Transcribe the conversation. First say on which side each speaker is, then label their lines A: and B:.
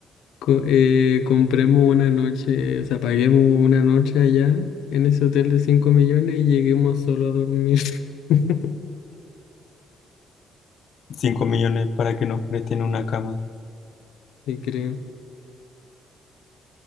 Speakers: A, on the left; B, on the left.
A: Co- eh, compremos una noche, o sea, paguemos una noche allá en ese hotel de 5 millones y lleguemos solo a dormir. <laughs>
B: 5 millones para que nos presten una cama.
A: Sí, creo.